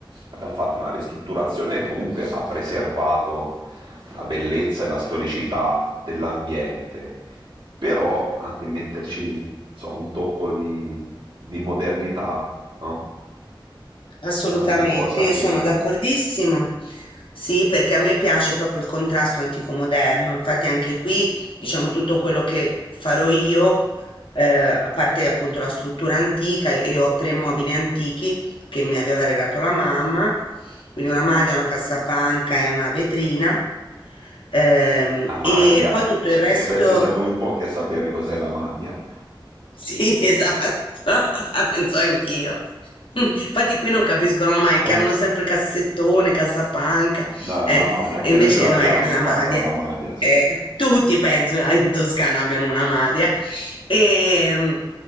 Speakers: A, on the right; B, on the left.
A: Abbiamo fatto una ristrutturazione che comunque ha preservato la bellezza e la storicità dell'ambiente, però anche metterci, non so, un tocco di, di modernità, no?
B: Assolutamente,
A: Era una cosa
B: io
A: che...
B: sono
A: che-
B: d'accordissimo. Sì, perché a me piace proprio il contrasto antico moderno. Infatti anche qui, diciamo, tutto quello che farò io, eh, a parte appunto la struttura antica, e ho tre mobili antichi che mi aveva regalato la mamma, quindi una maglia, una cassapanca e una vetrina. Ehm,
A: La madia.
B: e poi tutto
A: Se
B: il resto
A: se penso siamo in pochi a sapere cos'è la madia.
B: sì, <laughs> esatto, <laughs> la penso anch'io. Infatti qui non capiscono mai,
A: Eh,
B: chiamano sempre cassettone, cassapanca,
A: no,
B: eh,
A: una madia, anche
B: e invece
A: noi ce l'abbiamo
B: no, è la
A: in casa,
B: madia.
A: una madia, sì.
B: Eh, tutti penso <laughs> in Toscana abbiano una madia. E,